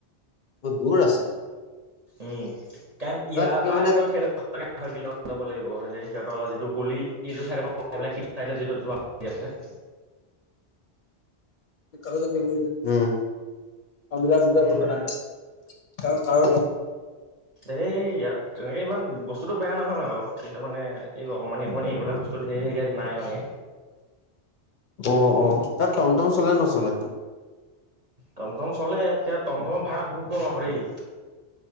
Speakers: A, on the left (about 55°); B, on the right (about 40°).
A: বহুত দূৰ আছে।
B: উম কাৰণ ইয়াৰ
A: তাতকে
B: পায়
A: মানে
B: সেই <unintelligible> ছয় কিলোমিটাৰ মান যাব লাগিব সেই সিহঁতৰ গলি এইটো চাইদৰ পৰা ওলাই সিটো চাইদলে যিটো যোৱা কি আছে।
A: কাগজত বে কৰি দে উম। <unintelligible>
B: মানে এই ইয়াত তেনেকে ইমান বস্তুটো বেয়া নহয় বাওঁ কিন্তু মানে এই অকণমানি অকণমানি এইবিলাক বস্তু ধেৰ ইয়াত নাই মানে।
A: অ অ তাত টম টম চলে নচলে?
B: টমটম চলে এতিয়া টমটমৰ ভাৰা বহুত কম আক দেই।